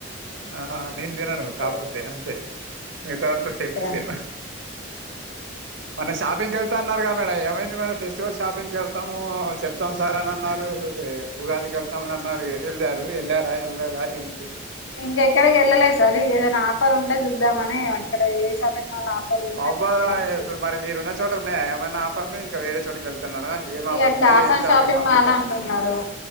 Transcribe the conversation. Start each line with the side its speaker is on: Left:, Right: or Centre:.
Right: ఆ నేను
Left: స్టూడెంట్
Right: దినను కాపోతే అంతే మిగతాదంతా
Left: అంతే
Right: సేమ్ టు సేమ్
Left: అంట
Right: మొన్న షాపింగ్ కి ఎళ్తా అన్నరుగా మేడం ఏమైంది మేడం ఫెస్టివల్ షాపింగ్ కి ఎళ్తాము చెప్తాం సార్ అని అన్నారు ఉగాదికి ఎళ్తాం అని అన్నారు ఏటెళ్ళారు ఎళ్ళార ఎళ్ళ లేదా ఏంటి
Left: ఇంకా ఎక్కడికి వెళ్ళలేదు సార్ ఏదైనా ఆఫర్ ఉంటే చూద్దామని ఇక్కడ ఏ షాపింగ్ మాల్ ఆఫర్లు ఉంటే
Right: ఆఫరా
Left: అక్కడికి వెళ్దామని చూద్దాం
Right: ఇప్పుడు మరి మీరు ఉన్న చోట ఉన్నాయా ఏమైనా ఆఫర్లు ఇంకా వేరే చోటికి ఎళ్తున్నారా ఏం
Left: ఇక
Right: ఆఫర్లు ఉన్నాయి
Left: కాసన్
Right: ఏం షాపింగ్ మాల్ కి ఎళ్తున్నారు
Left: అంటున్నారు